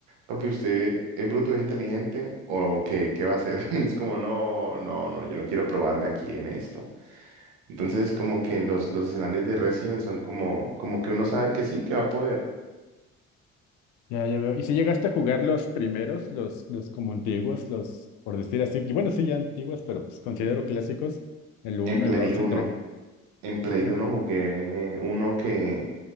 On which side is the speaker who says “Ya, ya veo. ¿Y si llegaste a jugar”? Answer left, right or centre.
Left